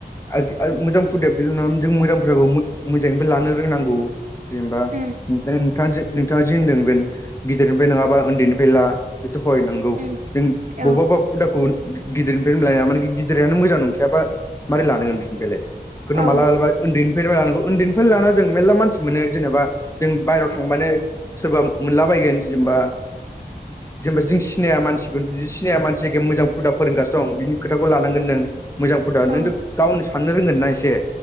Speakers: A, on the left (about 15°); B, on the right (about 45°).
A: आजि मोजां फुदाया बेदि नङामोन जों मोजां फुदाखौ मो मोजाङैबो लानो रोंनांगौ जेनेबा
B: उम
A: ओंखायनो नोंथाङा जे नोंथाङा जे होनदों बे गिदिरनिफ्राय नङाबा उन्दैनिफ्राय ला बेथ हय नांगौ
B: उम
A: जों
B: औ
A: बबाबबा हुदाखौ गिदिरनिफ्रायनो लाया माने गिदिरानो मोजां नंखायाबा मारै लानो नों बिसिनिफ्रायलाय ओंखायनो
B: औ
A: मालाबा ओन्दैनिफायबो लानांगौ। उन्दैनिफ्राय लाना जों मेर्ला मानसि मोनो जेनेबा जों बाहेरायाव थांबानो सोरबा मोनलाबायगोन जेनबा जेनेबा जों सिनाया मानसिखौ सिनाया मानसि एख मोजां हुदा फोरोंगासिनो दं बिनि खोथाखौ लानांगोन नों। मोजां फुदा
B: औ
A: नोंथ' गावनो साननो रोंगोन ना एसे